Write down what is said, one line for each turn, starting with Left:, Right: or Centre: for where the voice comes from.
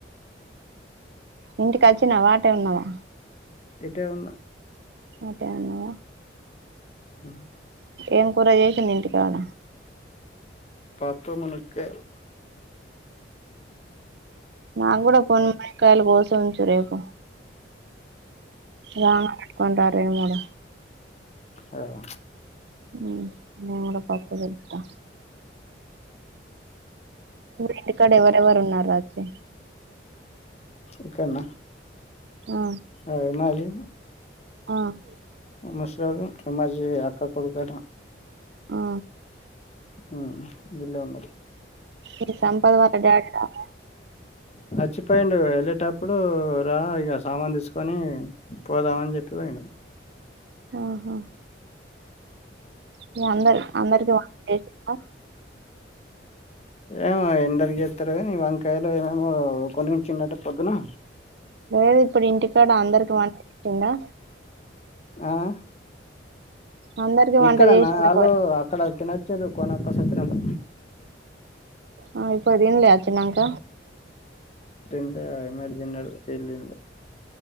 Right: ఇంటి కోచ్చివా ఆటే ఉన్నావా
Left: ఇటే ఉన్న
Right: అటే ఉన్నవా
Left: ఉమ్
Right: ఏం కూర జేషింది ఇంటికాడ
Left: పప్పు మున్నకైలు
Right: నా గుడా పొన్ కయాల కోసి ఉంచు రేపు రా కొంటా రెండు మూడు
Left: అహ్
Right: ఉమ్ నేను కూడా పప్పు తెప్తా ఇ ఇక్కడ ఎవరెవర్ ఉన్నారు రాత్రి
Left: ఒక్కనే
Right: ఆ
Left: ఏ మరి
Right: ఆహ్
Left: ముసలోడు ఎమ్మాజీ అక్క కొడుకంట
Right: ఆ
Left: ఉమ్ వీళ్ళే ఉన్నరు
Right: ఇ సంపాద్ వల డాడీ రాలె
Left: చ్చిపోయిడు ఎళ్ళేటప్పుడు రా ఇగ సామాన్ తీసుకొని పోదామని జెప్పిపోయిండు
Right: ఆహా మీ అందరి అందరికి వంట చేసిన
Left: ఏమో ఎందరి జెతరో గని ఇ వంకాయలు ఏమేమో కొని ఉంచిండంట పొద్దునా
Right: లేద్ ఇప్పుడు ఇంటి కాడ అందరికి వంట చెప్పిందా
Left: ఆహ్
Right: అందరికి వంట
Left: ఇక్కడనా
Right: చేసిండా
Left: ఆళ్ళు
Right: కొ
Left: అక్కడ తిన్నొచిండ్రు కొన్నొక సపిరంత
Right: ఆ ఇప్పుడ్ దింలే ఒచ్చినంక
Left: తిన్లే అందర్ దిన్నారు వీల్ దిన్లె